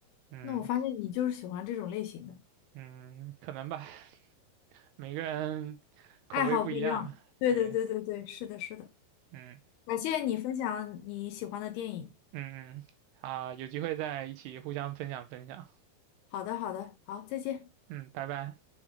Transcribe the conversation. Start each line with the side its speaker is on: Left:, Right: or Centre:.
Right: 嗯
Left: 那我发现你就是喜欢这种类型的，
Right: 嗯，可能吧，<laughs> 每个人口味不一样嘛。
Left: 爱好不一样。对对对对对，
Right: 对，
Left: 是的，是的。
Right: 嗯
Left: 感谢你分享你喜欢的电影。
Right: 嗯嗯，啊，有机会再一起互相分享分享。
Left: 好的，好的，好，再见。
Right: 嗯，拜拜。